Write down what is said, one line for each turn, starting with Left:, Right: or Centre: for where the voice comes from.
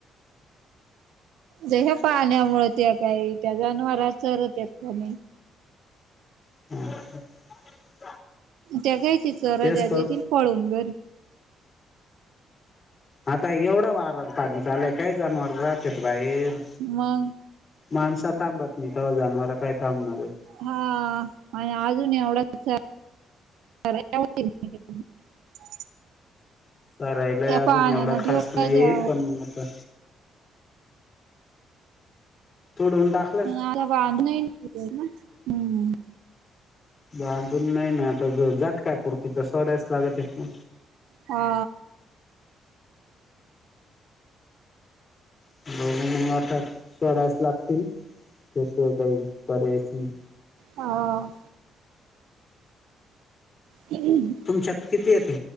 Right: जे ह्या पाण्यामुळं त्या काही त्या जनावरा चरवत्यात का नाही.
Left: <unintelligible>
Right: त्या घ्यायचीत चराजां
Left: तेच तर
Right: येतील पळून घरी
Left: आता एवढा वारा पाणी चालाय काय जनवर राहतात बाहेर.
Right: मग!
Left: माणसा थांबत नाही तेव्हा जानवर काय थांबणार हाईत.
Right: हा आणि अजून एवढाच <unintelligible>
Left: चरायला
Right: त्या
Left: अजून
Right: पाण्यानं
Left: एवढा
Right: ठेवलाय
Left: खास नाही
Right: त्या
Left: पण म आता. तोडून टाक.
Right: हम्म!
Left: बांधून नाही ना आता झटकाय पूरती तर सोडायच लागतय ना.
Right: हा!
Left: <unintelligible>
Right: हा हम्
Left: तुमच्या किती येते